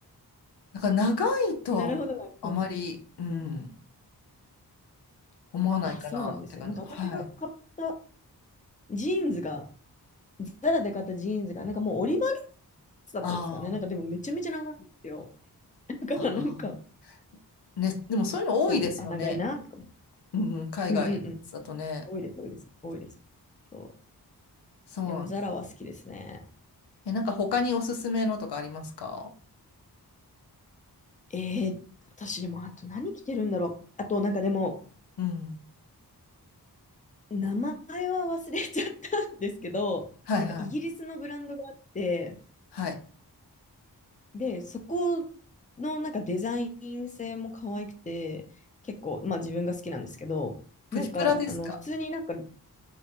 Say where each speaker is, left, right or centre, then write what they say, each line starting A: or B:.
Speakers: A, on the left; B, on the left.
A: だから長いとはあまり、
B: なるほど、なるほど。
A: うん、思わないかなって感じ。
B: あ、そうなんですね。なんか私が買った
A: はい。
B: ジーンズが、ザラで買ったジーンズが、なんかもう折り曲げつだったんですかね。
A: あ
B: なんかでもめちゃめちゃ長いんですよ。だからなんか、
A: あ、ああ。ね、でもそういうの多いですよね。
B: そう、あ、長いなとか。
A: うん、うん海外だとね。
B: うんうん多いです、多いです、多いです。そ
A: そうなんです。
B: う。でも、ザラは好きですね。
A: え、なんか他におすすめのとかありますか
B: えー、私、でも、あと何着てるんだろう。あと、なんかでも、
A: うん。
B: 名前は忘れちゃったんですけど、
A: はいはい。
B: なんかイギリスのブランドがあって、
A: はい。
B: で、そこのなんかデザイン性も可愛くて、結構、まあ自分が好きなんですけど、
A: プチプラですか
B: なんか、あの、普通になんか、